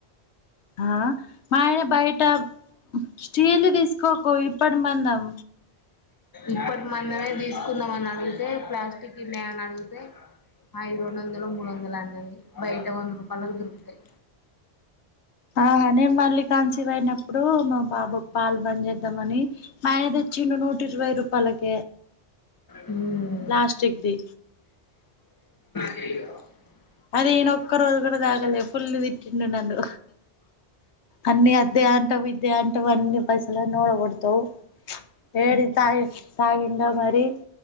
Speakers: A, on the left (about 80°); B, on the left (about 20°).
A: ఆ మా ఆయన బయట స్టీల్ తీసుకోకు ఇప్పటి మందం
B: ఇప్పటి మందమే తీసుకుందాం అని అడిగితే ప్లాస్టిక్ టిగిన్న అ ని అడిగితే ఐదు రెండు వందలు మూడు వందలు అన్నది బయట వంద రూపాయలకు దొరుకుతాయి
A: ఆ హనేేమ్ మల్ కాంచివ్ అయినప్పుడు మా బాబా పాలు బంద చేద్దాంమని మానేది తేచ్చిండు నూట ఇరవై రూపాయలక
B: మ్మ్
A: ప్లాస్టిక్ ది
B: ఇ
A: అది ఇనా ఒక్క రోజు కూడా దాగలే పుల్లు తిట్టిండు నన్ను అన్ని అద్దే అంట ఇద్దే అంట టువనిం పైసల నోడ కొతవు ఏడి తగి తాగింద మరి